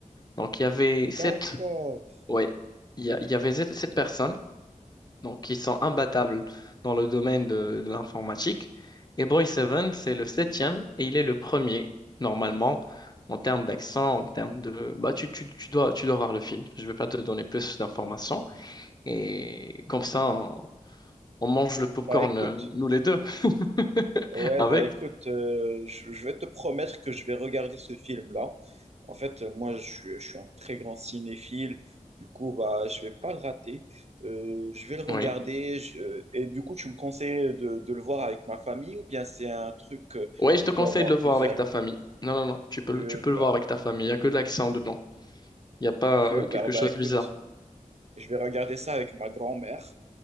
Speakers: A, on the left; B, on the right.
A: Donc il y avait
B: d'accord.
A: sept ouais il y, a- il y avait sept sept personnes donc qui sont imbattables dans le domaine de, de l'informatique. Et Boy Seven, c'est le septième et il est le premier, normalement, en termes d'accent, en termes de... Bah, tu, tu, tu dois, tu dois voir le film, je ne vais pas te donner plus d'informations. Et comme ça, on, on mange le popcorn,
B: Bah écoute,
A: euh, nous les deux, <laughs>
B: Ouais,
A: avec.
B: bah écoute, euh, je, je vais te promettre que je vais regarder ce film-là. En fait, euh, moi, je, suis je suis un très grand cinéphile. Du coup, bah, je vais pas le rater. Euh, je vais le regarder.
A: Oui.
B: je- Et du coup, tu me conseilles de, de le voir avec ma famille ou bien c'est un truc que,
A: Oui,
B: que
A: je te
B: je
A: conseille
B: dois voir
A: de le voir
B: tout seul?
A: avec ta famille. Non, non, non, tu peux,
B: Super,
A: le- tu peux le voir avec ta famille, il n'y a que de l'accent dedans. Il n'y a pas
B: super.
A: euh, quelque
B: Bah
A: chose
B: écoute,
A: de bizarre.
B: Je vais regarder ça avec ma grand-mère.